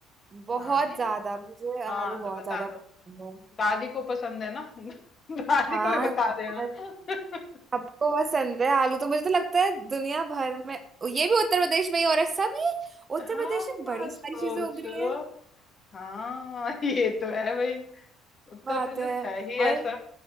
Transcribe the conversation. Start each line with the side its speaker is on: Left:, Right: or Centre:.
Right: बहुत
Left: हाँ जी
Right: ज्यादा मुझे
Left: हाँ
Right: आलू
Left: तो
Right: बहुत
Left: बता
Right: ज्यादा
Left: दो
Right: पसंद है
Left: दादी को पसंद है ना <laughs> दादी
Right: हाँ
Left: को भी बता
Right: यार
Left: देना <laughs>
Right: आपको पसंद है आलू तो मुझे तो लगता है दुनिया भर में ये भी उत्तर प्रदेश में ही हो रहा है सब ये उत्तर
Left: हाँ,
Right: प्रदेश में बड़ी
Left: सोचो
Right: सारी चीजें उग रही है
Left: हाँ <laughs> ये तो है भाई उत्तर
Right: बात
Left: प्रदेश
Right: है
Left: है ही
Right: और
Left: ऐसा